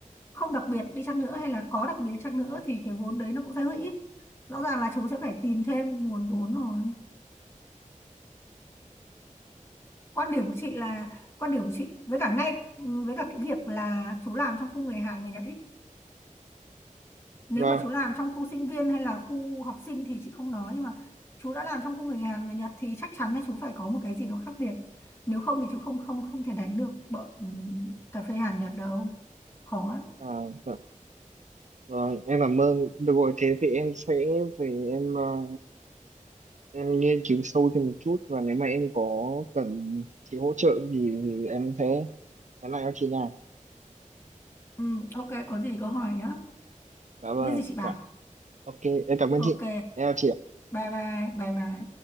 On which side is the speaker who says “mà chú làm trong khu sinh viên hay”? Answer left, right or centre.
Left